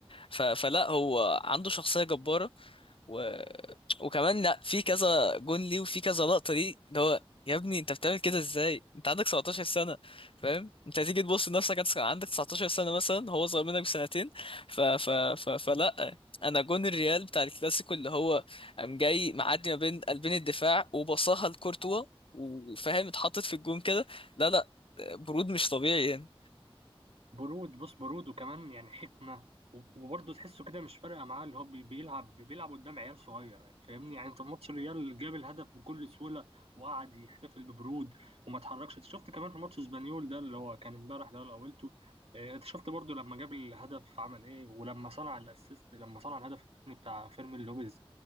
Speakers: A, on the left; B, on the right.
A: ف... فلا هو عنده شخصية جبارة و... وكمان لا في كذا جون ليه وفي كذا لقطة ليه اللي هو يا ابني انت بتعمل كده ازاي انت عندك 17 سنة فاهم انت هتيجي تبص لنفسك هتس- عندك 19 سنة مثلا هو صغير منك بسنتين ف... ف... ف... فلا انا جون الريال بتاع الكلاسيكو اللي هو قام جاي معدي ما بين قلبين الدفاع وبصاها لكورتوا وفاهم اتحطت في الجون كده لا لا برود مش طبيعي يعني
B: برود بص برود وكمان يعني حكمة و- وبرضه تحسه كده مش فارقة معاه اللي هو بي- بيلعب بيلعب قدام عيال صغيرة فاهمني يعني انت في ماتش الريال جاب الهدف بكل سهولة وقعد يحتفل ببرود وما اتحركش انت شفت كمان في ماتش اسبانيول ده اللي هو كان امبارح ده اللي قولته اه، انت شفت برضه لما جاب الهدف عمل ايه ولما صنع الاسيست لما صنع الهدف التاني بتاع فيرمين لوبيز